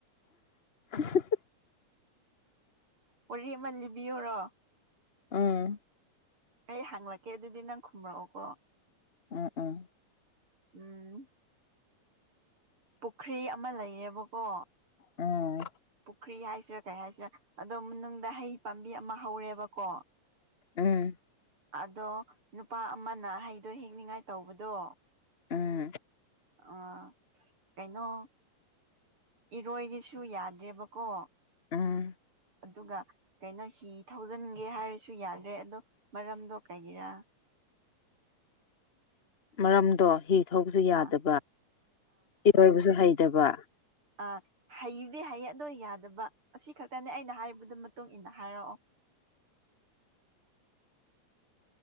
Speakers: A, on the left; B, on the right.
A: <inaudible>
B: ꯋꯥꯔꯤ ꯑꯃꯜ ꯂꯤꯕꯤꯌꯔꯣ
A: ꯎꯝ
B: ꯑꯩ ꯍꯥꯡꯂꯛꯀꯦ ꯑꯗꯨꯗꯤ ꯅꯪ ꯈꯨꯝꯔꯛꯑꯣꯀꯣ
A: ꯎꯝ ꯎꯝ
B: ꯎꯝ ꯄꯨꯈ꯭ꯔꯤ ꯑꯃ ꯂꯩꯌꯦꯕꯀꯣ
A: ꯎꯝ
B: ꯄꯨꯈ꯭ꯔꯤ ꯍꯥꯏꯁꯤꯔꯥ ꯀꯩ ꯍꯥꯏꯁꯤꯔꯥ ꯑꯗꯣ ꯃꯅꯨꯡꯗꯅꯨꯡ ꯍꯩ ꯄꯥꯝꯕꯤ ꯑꯃ ꯍꯧꯔꯦꯕꯀꯣ
A: ꯎꯝ
B: ꯑꯗꯣ ꯅꯨꯄꯥ ꯑꯃꯅ ꯍꯩꯗꯣ ꯍꯦꯛꯅꯤꯡꯉꯥꯏ ꯇꯧꯕꯗꯣ
A: ꯎꯝ
B: ꯑ ꯀꯥꯏꯩꯅꯣ ꯏꯔꯣꯏꯒꯤꯁꯨ ꯌꯥꯗꯦꯕꯀꯣ
A: ꯎꯝ
B: ꯑꯗꯨꯒ ꯀꯩꯅꯣ ꯍꯤ ꯊꯧꯖꯤꯟꯒꯦ ꯍꯥꯏꯔꯁꯨ ꯌꯥꯗ꯭ꯔꯦ ꯑꯗꯣ ꯃꯔꯝꯗꯣ ꯀꯩꯒꯤꯔꯥ
A: ꯃꯔꯝꯗꯣ ꯍꯤ ꯊꯧꯕꯁꯨ ꯌꯥꯗꯕ
B: ꯑꯥ
A: ꯏꯔꯣꯏꯕꯁꯨ ꯍꯩꯇꯕ
B: ꯑ ꯍꯩꯗꯤ ꯍꯩꯌꯦ ꯑꯗꯣ ꯌꯥꯗꯕ ꯑꯁꯤ ꯈꯛꯇꯅꯦ ꯑꯩꯅ ꯍꯥꯏꯕꯗꯨ ꯃꯇꯨꯡ ꯏꯟꯅ ꯍꯥꯏꯔꯛꯑꯣ
A: <inaudible>